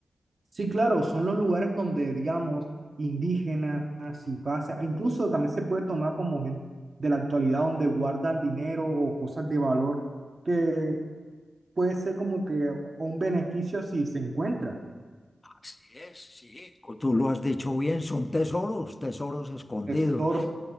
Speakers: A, on the right (about 45°); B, on the left (about 30°).
A: Sí, claro, son los lugares donde, digamos, indígenas y pasa, incluso también se puede tomar como gente de la actualidad donde guardan dinero o cosas de valor que puede ser como que un beneficio si se encuentra
B: Así es, sí. Tú lo has dicho bien, son tesoros, tesoros escondidos.
A: tesoros.